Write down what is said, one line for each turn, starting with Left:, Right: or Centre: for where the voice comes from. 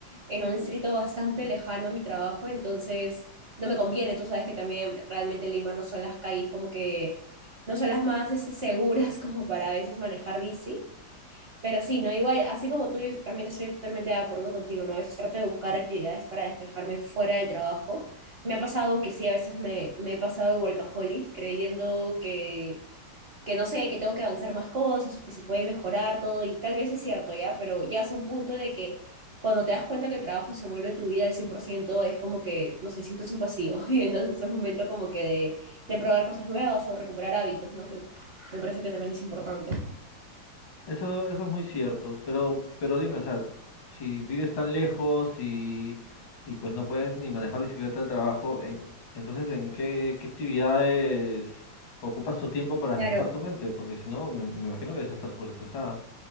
Right: en un distrito bastante lejano a mi trabajo, entonces no me conviene. Tú sabes que también realmente Lima no son las calles como que, no son las más este, seguras <laughs> como para a veces manejar bici. Pero sí, ¿no? Igual, así como tú, yo también estoy totalmente de acuerdo contigo, ¿no? A veces trato de buscar actividades para despejarme fuera del trabajo. Me ha pasado que sí, a veces me, me he pasado de workaholic creyendo que, que, no sé, que tengo que avanzar más cosas, o que se puede mejorar todo, y tal vez es cierto, ¿ya? Pero llegas a un punto en el que cuando te das cuenta que el trabajo se vuelve tu vida al 100% es como que, no sé, sientes un vacío. <laughs> Y entonces es un momento como que de, de probar cosas nuevas o recuperar hábitos, ¿no? Que me parece que también es importante.
Left: Eso, eso es muy cierto, pero, pero dime, o sea, si vives tan lejos y, y pues no puedes ni manejar bicicleta al trabajo, en- entonces ¿en qué, qué actividades ocupas tu tiempo para
Right: claro
Left: despejar tu mente? Porque si no, me, me imagino que debes estar súper estresada.